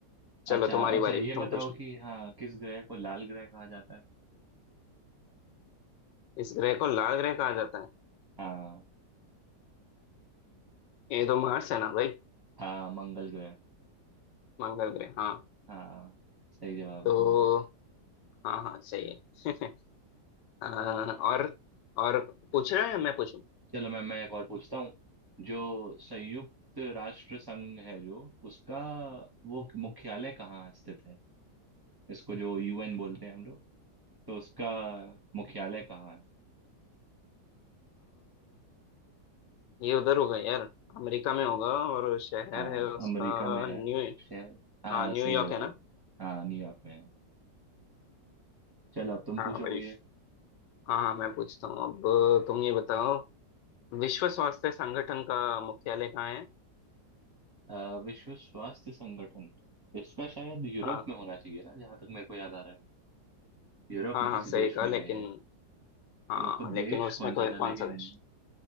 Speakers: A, on the left; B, on the right.
A: चलो
B: अच्छा
A: तुम्हारी
B: अच्छा
A: बारी
B: ये
A: तुम
B: बताओ
A: पूछो
B: कि हाँ किस ग्रह को लाल ग्रह कहा जाता है
A: इस ग्रह को लाल ग्रह कहा जाता है
B: हाँ
A: ये तो मार्स है ना भाई
B: हाँ मंगल ग्रह
A: मंगल ग्रह हाँ
B: हाँ सही जवाब
A: तो
B: है तुम्हारा
A: हाँ हाँ सही है <laughs> अ, और और पूछ रहे हैं मैं पूछूं
B: चलो मैम मैं एक और पूछता हूँ जो संयुक्त राष्ट्र संघ है जो उसका वो मुख्यालय कहाँ स्थित है इसको जो यूएन बोलते हैं हम लोग तो उसका मुख्यालय कहाँ है
A: ये उधर होगा यार अमेरिका में होगा और शहर
B: हाँ
A: है उसका
B: अमेरिका में है
A: न्यू
B: शहर हाँ
A: हाँ न्यूयॉर्क
B: सही जवाब
A: है ना
B: हाँ न्यूयॉर्क में है चलो अब तुम
A: हाँ
B: पूछो
A: भाई
B: कोई एक
A: हाँ हाँ मैं पूछता हूँ अब तुम ये बताओ विश्व स्वास्थ्य संगठन का मुख्यालय कहाँ है
B: अ, विश्व स्वास्थ्य संगठन इसका शायद यूरोप
A: हाँ
B: में होना चाहिए ना जहां तक मेरे को याद आ रहा है यूरोप
A: हाँ
B: में किसी
A: हाँ सही
B: देश
A: कहा
B: में
A: लेकिन
B: है ये
A: हाँ
B: रुको
A: लेकिन
B: देश
A: उसमें
B: कौन
A: कोई
B: सा था
A: कौन
B: लेकिन
A: सा देश